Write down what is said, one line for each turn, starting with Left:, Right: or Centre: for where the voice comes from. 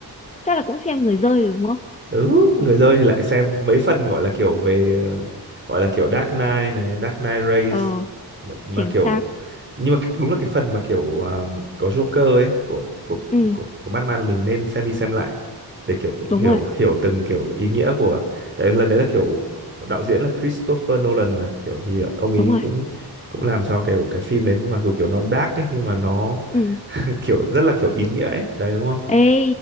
Left: chắc là cũng xem người rơi rồi đúng không?
Right: ừ người chơi thì lại xem mấy phần gọi là kiểu về ờ, gọi là kiểu Dark Knight này Dark Knight Race
Left: Ờ,
Right: mà, mà
Left: chính
Right: kiểu
Left: xác.
Right: nhưng mà cái- đúng là cái phần mà kiểu ờ, có Joker ấy của của
Left: Ừ,
Right: của, của Batman mình nên xem đi xem lại để kiểu
Left: đúng
Right: hiểu
Left: rồi,
Right: hiểu từng kiểu ý nghĩa của tại lần đấy là kiểu đạo diễn là Christopher Nolan mà kiểu thì ông ấy
Left: đúng rồi.
Right: cũng cũng làm cho kiểu cái phim đấy mặc dù kiểu nó dark ấy nhưng mà nó
Left: Ừ.
Right: <laughs> kiểu rất là kiểu ý nghĩa ấy đấy đúng không
Left: Ê,